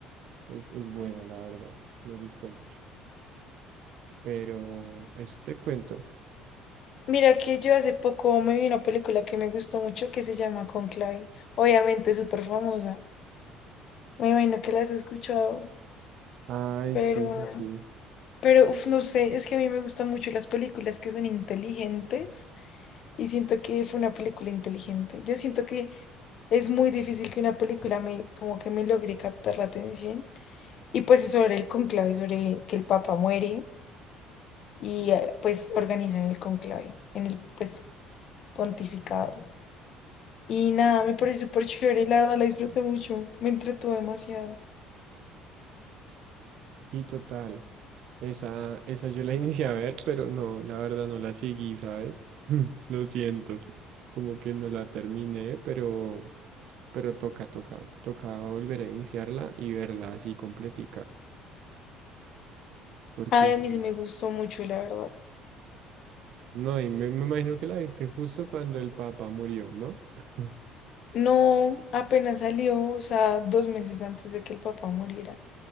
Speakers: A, on the right; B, on the left.
A: es, es buena, la verdad, me gustó mucho. Pero eso te cuento.
B: Mira que yo hace poco me vi una película que me gustó mucho que se llama Conclave. Obviamente es súper famosa. Me imagino que la has escuchado,
A: Ay,
B: pero,
A: sí, sí, sí.
B: pero, uf, no sé, es que a mí me gustan mucho las películas que son inteligentes y siento que fue una película inteligente. Yo siento que es muy difícil que una película me, como que me logre captar la atención. Y pues es sobre el conclave, sobre que el Papa muere y eh, pues organizan el conclave, en el pues pontificado. Y nada, me pareció súper chévere, la verdad la disfruté mucho, me entretuvo demasiado.
A: Y total, esa, esa yo la <laughs> inicié a ver, pero no, la verdad no la seguí, ¿sabes? <laughs> Lo siento, como que no la terminé, pero, pero toca, toca, toca volver a iniciarla y verla así completica, porque
B: Ay,
A: sí.
B: a mí se me gustó mucho, la verdad.
A: No, y me, me imagino que la viste justo cuando el papá murió, ¿no? <laughs>
B: No, apenas salió, o sea, dos meses antes de que el papá muriera.